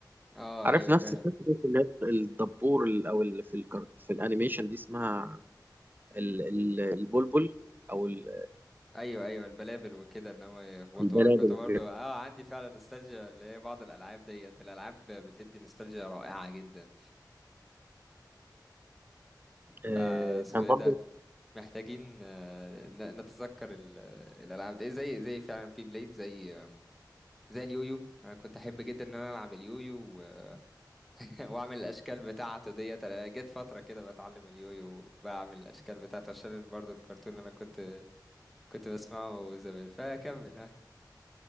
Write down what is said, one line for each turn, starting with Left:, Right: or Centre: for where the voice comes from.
Centre: آه
Right: عارف
Centre: أيوة
Right: نفس
Centre: فاهم
Right: فكره اللي هي الدبور ال- او ال- في الكر- في الانيميشن دي اسمها ال- ال- البلبل او ال-
Centre: ايوه ايوه البلابل وكده ان هم يخبطوا
Right: البلابل
Centre: بعض كنت برضه
Right: والحاجات دي
Centre: اه عندي فعلا نوستالجيا اللي هي بعض الالعاب ديت الالعاب بتدي نوستالجيا رائعه جدا فاسمه
Right: آه، كان
Centre: ايه
Right: برضه
Centre: ده محتاجين آه، ن- نتذكر ال- الالعاب دي زي زي فعلا بي بليد زي آم، زي اليويو انا كنت احب جدا ان انا العب اليويو و- <laughs> واعمل الاشكال بتاعته ديت انا جت فتره كده بتعلم اليويو وبعمل الاشكال بتاعته عشان برضه الكرتون اللي انا كنت كنت بسمعه زمان فكمل ها